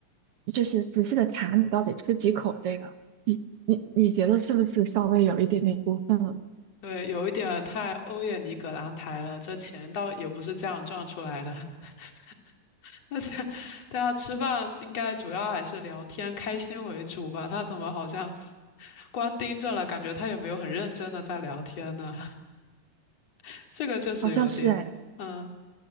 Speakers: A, on the right (about 70°); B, on the left (about 50°).
A: 就是仔细的查你到底吃几口这个，你你你觉得是不是稍微有一点点过分？
B: 对，有一点太欧也尼葛朗台了，这钱倒也不是这样赚出来的。<laughs> 而且大家吃饭应该主要还是聊天、开心为主吧？他怎么好像光盯着了，感觉他也没有很认真的在聊天呢？<laughs> 这个确实有点，
A: 好像是哎。
B: 嗯